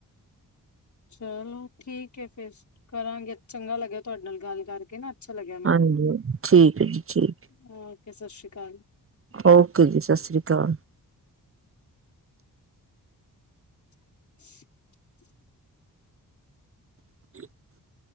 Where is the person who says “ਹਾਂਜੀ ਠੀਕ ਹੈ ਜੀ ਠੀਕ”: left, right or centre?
Right